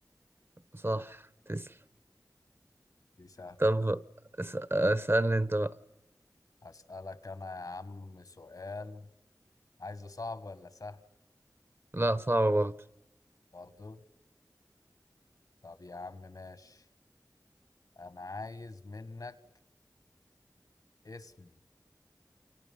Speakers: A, on the right; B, on the left.
A: صح تسلم
B: دي سهلة
A: طب اس- آه، اسألني انت بقى
B: أسألك أنا يا عم سؤال عايزه صعب ولا سهل
A: لا صعب برضه
B: برضو طب يا عم ماشي أنا عايز منك اسم